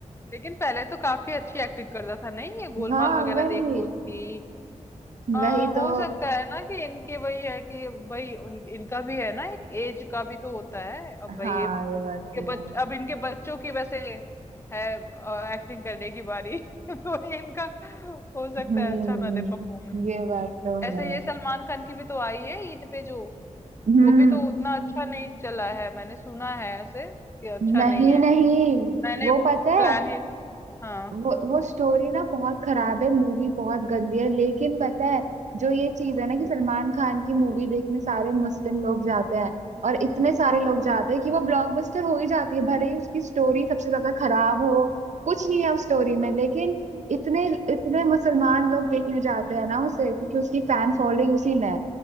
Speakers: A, on the left; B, on the right.
A: लेकिन पहले तो काफी अच्छी एक्टिंग करता था नहीं ये गोलमाल
B: हाँ
A: वगैरह
B: वही
A: देख लो उसकी आ,
B: वही
A: हो
B: तो
A: सकता है ना कि इनके वही है कि भाई उन, इनका भी है ना एक एज का भी तो होता है अब भाई
B: हाँ
A: ये
B: ये बात
A: इनके
B: भी
A: बच
B: है
A: अब इनके बच्चों की वैसे है एक्टिंग करने की बारी <laughs> तो इनका हो सकता
B: हम्म
A: है अच्छा ना दे परफॉर्मेंस
B: ये बात तो
A: ऐसे
B: है
A: ये सलमान खान की भी तो आई है ईद पे जो
B: हम्म
A: वो भी तो उतना अच्छा नहीं चला है मैंने सुना है ऐसे कि अच्छा
B: नहीं
A: नहीं है
B: नहीं
A: तो मैंने
B: वो पता
A: प्लान
B: है
A: ही हाँ
B: वो वो स्टोरी ना बहुत खराब है मूवी बहुत गंदी है लेकिन पता है जो ये चीज है ना कि
A: हम्म
B: सलमान खान की मूवी देखने सारे मुस्लिम लोग जाते हैं और इतने सारे लोग जाते हैं कि वो ब्लॉकबस्टर हो ही जाती है भले ही उसकी स्टोरी सबसे ज्यादा खराब हो कुछ नहीं है उस स्टोरी में लेकिन इतने इतने
A: हम्म
B: मुसलमान लोग देखने जाते हैं ना उसे क्योंकि उसकी फैन
A: हम्म
B: फॉलोइंग उसी में है